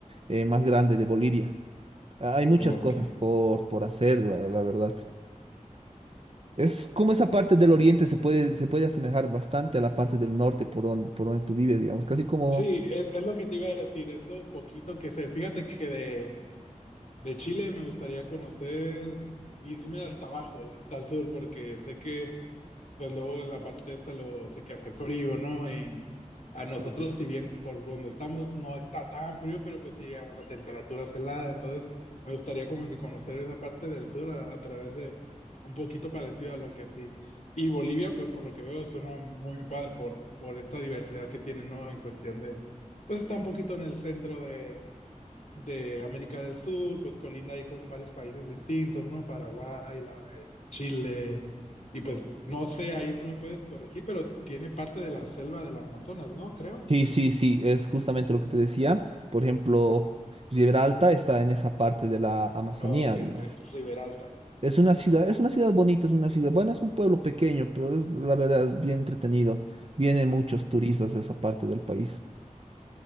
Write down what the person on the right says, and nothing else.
eh, más grande de Bolivia. Ah, Hay muchas
cosas por, por hacer, la la verdad. Es como esa parte del oriente se puede, se puede asemejar bastante a la parte del norte por donde, por donde tú vives, digamos, casi como...
Sí, sí,
sí, sí, sí, es justamente lo que te decía. Por ejemplo, Gibraltar está en esa parte de la Amazonía,
digamos.
Es una ciudad, es una ciudad bonita, es una ciudad, bueno, es un pueblo pequeño, pero es, la verdad es bien entretenido. Vienen muchos turistas a esa parte del país.